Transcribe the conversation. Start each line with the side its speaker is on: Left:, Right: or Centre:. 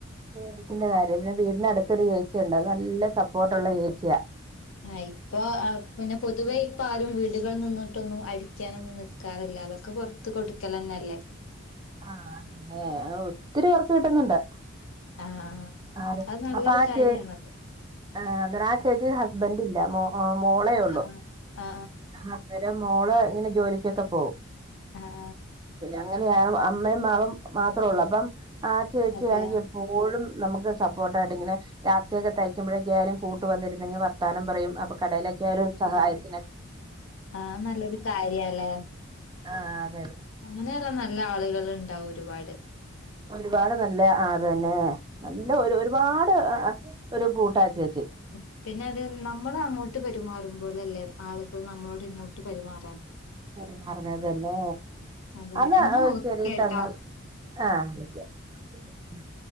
Right: പേടിക്കണ്ട കാര്യം പിന്നെ വീടിനടുത്തൊരു ചേച്ചിണ്ട് അത് നല്ല സപ്പോർട്ടുള്ള ചേച്ചിയ
Left: ആ ഇപ്പൊ പിന്നെ പൊതുവേ ഇപ്പ ആരും വീടുകളിൽ നിന്നിട്ടൊന്നും അ കിനൊന്നും നിക്കാറില്ല അതൊക്കെ പുറത്ത് കൊടുക്കലന്നെ അല്ലേ
Right: ആ അതല്ലെ അ ഒത്തിരി വർക്ക് കിട്ടുന്നുണ്ട്
Left: ആ
Right: ആര്
Left: അത് നല്ലൊരു
Right: അപ്പൊ
Left: കാര്യണത്
Right: ചേ ആ ആ ചേച്ചി ഹസ്ബൻഡ് ഇല്ല മോ ആ മോളേ
Left: ആ
Right: ഉള്ളു
Left: ആ ആ
Right: അന്നേര മോള നെ ജോലിച്ചൊക്കെ പോവും
Left: ആഹാ
Right: അങ്ങനെയാണ് അമ്മയും മാളും മാത്രമേ ഉള്ളൂ അപ്പം ആ ചേച്ചി
Left: അതെ
Right: ആണെങ്കിൽ എപ്പോഴും നമുക്ക് സപ്പോർട്ടായിട്ട് ഇങ്ങനെ രാത്രിക്കെ തയ്ക്കുമ്പോഴേകായാലും കൂട്ട് വന്നിരുന്നെങ് വർത്താനം പറയും- ഇപ്പ കടയിലൊക്ക ആയ്ലും സഹായത്തിനെ
Left: ആഹ നല്ലൊരു കാര്യല്ലേ
Right: ആഹ് അ
Left: അങ്ങനെയല്ല ന നല്ല ആളുകൾ ഉണ്ടാവും ഒരുപാട്
Right: ഒരുപാട് നല്ല ആ അത് തന്നെ നല്ല ഒരു ഒരുപാട് ഒരു കൂട്ടാ ചേച്ച്-
Left: ഉ പിന്നെ അത് നമ്മൾ അങ്ങോട്ട് പെരുമാ റുംപോലല്ലേ ആളുകൾ നമ്മളോട് ഇങ്ങോട്ട് പരുമാറാൻ-
Right: പെരുമാറഞ്ഞത് തന്നെ
Left: അതെ
Right: എന്നാ
Left: ഓക്കെട്ടോ
Right: ശരിട്ട എന്നാൽ ആഹ വിളിക്ക <unintelligible>